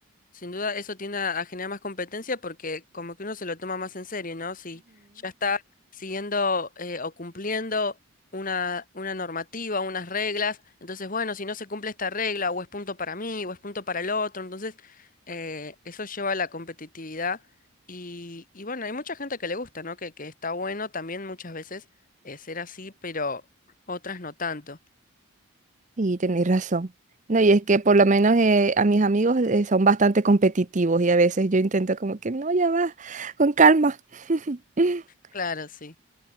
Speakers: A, on the left; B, on the right.
A: Sin duda eso tiende a a generar más competencia porque como que uno se lo toma más en serio, ¿no? Si ya está siguiendo eh, o cumpliendo una, una normativa, unas reglas, entonces bueno, si no se cumple esta regla o es punto para mí o es punto para el otro, entonces eh, eso lleva a la competitividad y, y bueno, hay mucha gente que le gusta, ¿no? Que, que está bueno también muchas veces eh, ser así, pero otras no tanto.
B: Y tenéis razón. No, y es que por lo menos eh, a mis amigos eh, son bastante competitivos y a veces yo intento como que no, ya va, con calma. <laughs>
A: Claro, sí.